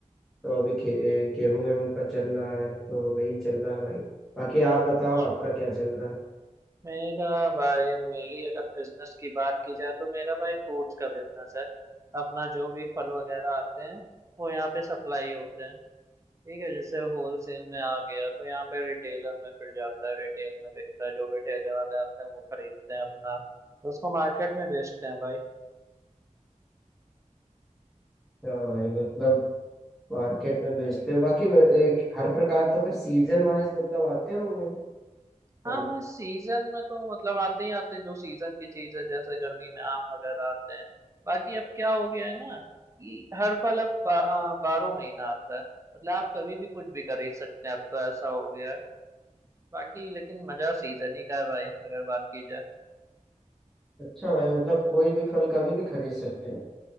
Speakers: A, in the centre; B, on the right.
A: तो अभी खे- गेहूं वेहूं का चल रहा है तो वही चल रहा है भाई बाकी आप
B: अच्छा
A: बताओ आपका क्या चल रहा है
B: मेरा भाई मेरी अगर बिजनेस की बात की जाए तो मेरा भाई फ्रूट्स का बिजनेस है अपना जो भी फल वगैरह आते हैं वो यहाँ पे सप्लाई होते हैं ठीक है जैसे होलसेल में आ गया तो यहाँ पे रिटेलर में फिर जाता है रिटेल में बिकता है जो भी ठेले वाले आते हैं वो खरीदते हैं अपना तो उसको मार्केट में बेचते हैं भाई
A: हाँ भाई मतलब मार्केट में बेचते हो बाकी ब- एक हर प्रकार तो फिर सीजन वाइज मतलब आते होंगे फल
B: हाँ भाई सीजन में तो मतलब आते ही आते हैं जो सीजन की चीज है जैसे गर्मी में आम वगैरह आते हैं बाकी अब क्या हो गया है ना कि हर फल अब बा, आ, बारह महीना आता है मतलब आप कभी भी कुछ भी खरीद सकते हैं अब तो ऐसा हो गया है बाकी लेकिन मजा सीजन ही का है भाई अगर बात की जाए
A: अच्छा भाई मतलब कोई भी फल कभी भी खरीद सकते हैं